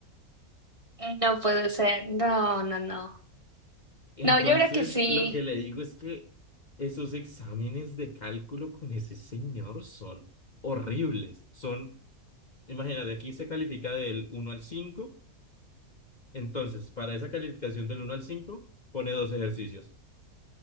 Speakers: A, on the right (about 25°); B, on the left (about 35°).
A: no puede ser, no, no, no.
B: Entonces,
A: No, yo creo que sí,
B: lo que le digo es que esos exámenes de cálculo con ese señor son horribles. Son, imagínate, aquí se califica del uno al cinco Entonces, para esa calificación del uno al 5 pone dos ejercicios